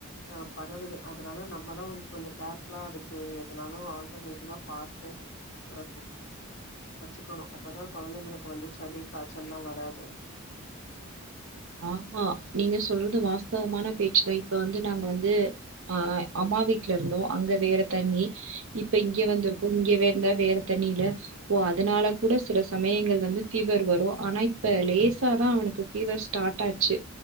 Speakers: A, on the left; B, on the right.
A: ஆ பரவுது அதுனால நம்மதா வந் கொஞ்சொ கேர்ஃபுல்லா அதுக்கு எதுனாலு ஆல்டர்னேட்டிவா பாத்து அவ வச்சுக்கனு அப்பதா கொழந்தைங்களுக்கு வந்து சளி காய்ச்சல்லா வராது
B: ஆமா நீங்க சொல்றது வாஸ்தவமான பேச்சுதா இப்ப வந்து நாங்க வந்து ஆ அம்மா வீட்லருந்தோ அங்க வேற தண்ணி இப்ப இங்க வந்துருக்கோ இங்க வெந்தா வேற தண்ணீல ஓ அதனால கூட சில சமயங்கள் வந்து ஃபீவர் வரு ஆனா இப்ப லேசா தா அவனுக்கு ஃபீவர் ஸ் டாட் ஆச்சு